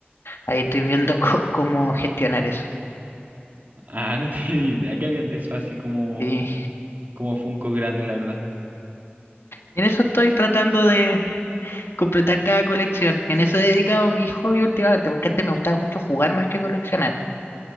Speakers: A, on the left; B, on the right.
A: ahí estoy viendo <laughs> co- cómo gestionar eso.
B: ah, no <laughs> tenía ni idea que habían de eso así como,
A: Y,
B: como Funko grandes, la verdad.
A: y en eso estoy tratando de completar cada colección. En eso he dedicado mi hobby últimamente, porque antes me gustaba mucho jugar más que coleccionar.